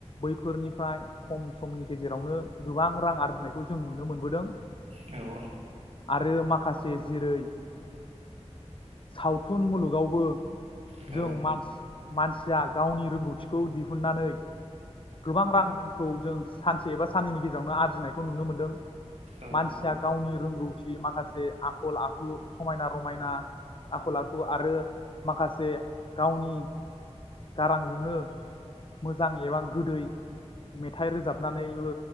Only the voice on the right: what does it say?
लग
औ
औ